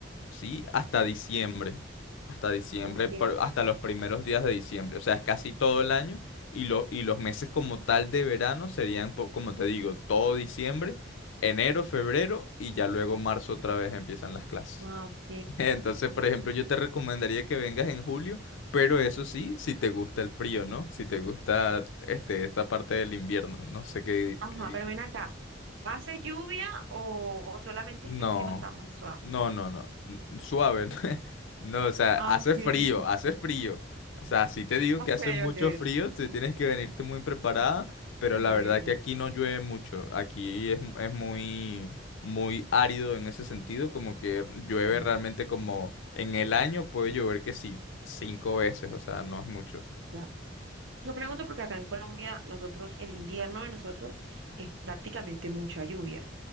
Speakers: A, on the left; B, on the right.
A: Sí, hasta diciembre. Hasta diciembre,
B: Ok,
A: por- hasta los primeros días de diciembre. O sea, es casi todo el año. Y, lo- y los meses como tal de verano serían, po- como te digo, todo diciembre, enero, febrero y ya luego marzo otra vez empiezan las clases.
B: ah, ok.
A: <laughs> Entonces, por ejemplo, yo te recomendaría que vengas en julio, pero eso sí, si te gusta el frío, ¿no? Si te gusta este, esta parte del invierno. No sé qué,
B: Ajá,
A: qué
B: pero ven acá. ¿Hace lluvia o, o solamente
A: No,
B: es que el clima está más suave?
A: no, no, no. n- Suave. <laughs> No, No, o sea,
B: Ah,
A: hace
B: ok, <laughs>
A: frío, hace frío. O sea, si te digo
B: ok,
A: que hace mucho
B: ok.
A: frío, te tienes que venirte muy preparada, pero
B: Bueno,
A: la verdad que aquí no llueve mucho. Aquí es, es muy, muy árido en ese sentido, como que llueve
B: ya,
A: realmente
B: ya.
A: como en el año puede llover que sí, cinco veces, o sea, no es mucho.
B: ya. Yo pregunto porque acá en Colombia, nosotros, el invierno de nosotros es prácticamente mucha lluvia.